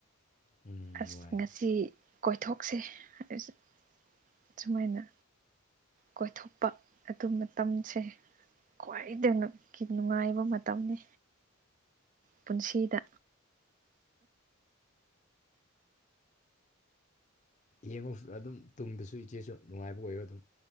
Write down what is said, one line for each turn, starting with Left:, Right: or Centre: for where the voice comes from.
Left: ꯎꯝ
Right: ꯑꯁ
Left: ꯅꯨꯡꯉꯥꯏ
Right: ꯉꯁꯤ ꯀꯣꯏꯊꯣꯛꯁꯦꯁ ꯑꯁ ꯁꯨꯃꯥꯏꯅ ꯀꯣꯏꯊꯣꯛꯄ ꯑꯗꯨ ꯃꯇꯝꯁꯦ ꯈ꯭ꯋꯥꯏꯗꯒꯤ ꯅꯨꯡꯉꯥꯏꯕ ꯃꯇꯝꯅꯤ ꯄꯨꯟꯁꯤꯗ
Left: ꯌꯦꯡꯉꯨ ꯑꯗꯨꯝ ꯇꯨꯡꯗꯁꯨ ꯏꯆꯦꯁꯨ ꯅꯨꯡꯉꯥꯏꯕ ꯑꯣꯏꯌꯣ ꯑꯗꯨꯝ